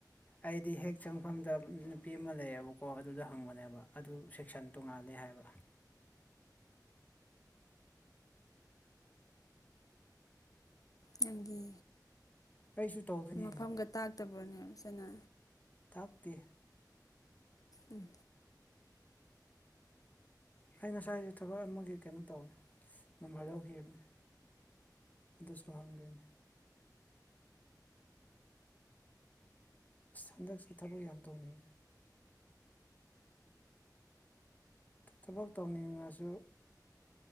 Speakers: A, on the left; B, on the left.
A: ꯑꯩꯗꯤ ꯍꯦꯛ ꯆꯪꯐꯝꯗ ꯅꯨꯄꯤ ꯑꯃ ꯂꯩꯌꯦꯕꯀꯣ ꯑꯗꯨꯗ ꯐꯪꯕꯅꯦꯕ ꯑꯗꯨ ꯁꯦꯛꯁꯟ ꯇꯣꯡꯉꯥꯂꯦ ꯍꯥꯏꯕ
B: ꯅꯪꯒꯤ
A: ꯑꯩꯁꯨ ꯇꯧꯗꯣꯏꯅꯦ
B: ꯃꯐꯝꯒ ꯇꯥꯛꯇꯕ꯭ꯔꯣꯅꯦ ꯐꯅ
A: ꯇꯞꯗꯤ
B: ꯎꯝ
A: ꯑꯩ ꯉꯁꯥꯏꯁꯦ ꯊꯕꯛ ꯑꯃꯒꯤ ꯀꯩꯅꯣ ꯇꯧꯋꯦ ꯅꯝꯕꯔ ꯂꯧꯈꯤꯕꯅꯦ ꯑꯗꯨꯁꯨ ꯍꯥꯡꯗꯣꯏꯅꯦ ꯍꯟꯗꯛꯁꯤ ꯊꯕꯛ ꯌꯥꯝ ꯇꯧꯅꯤꯡꯉꯤ ꯊꯕꯛ ꯇꯧꯅꯤꯡꯉꯁꯨ